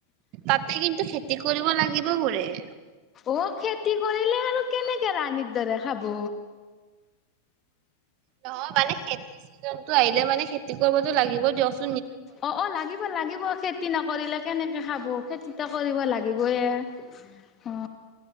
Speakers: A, on the right; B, on the left.
A: তাতে কিন্তু খেতি কৰিব লাগিব বোৰে <unintelligible>
B: অ খেতি কৰিলে আৰু কেনেকে ৰাণীৰ দৰে খাব
A: নহয় মানে খেতি চিজনটো আহিলে মানে খেতি কৰিবতো লাগিবই দ <unintelligible>
B: অ অ লাগিব লাগিব খেতি নকৰিলে কেনেকৈ খাব খেতিটো কৰিব লাগিবই <unintelligible> অ